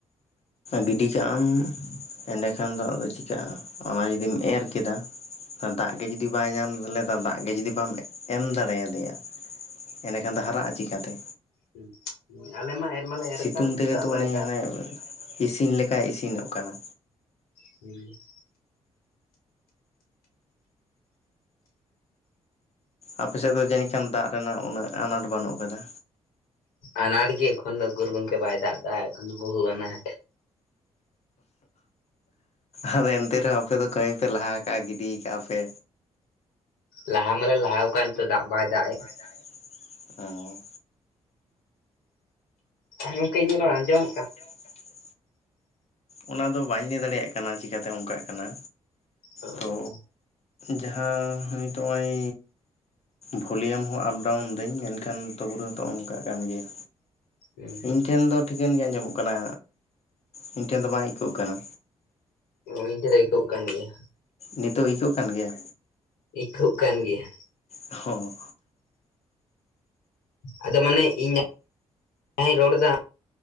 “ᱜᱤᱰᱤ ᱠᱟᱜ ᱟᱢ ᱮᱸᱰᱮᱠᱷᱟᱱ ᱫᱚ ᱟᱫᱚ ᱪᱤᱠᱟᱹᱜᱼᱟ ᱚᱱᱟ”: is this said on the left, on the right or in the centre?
Left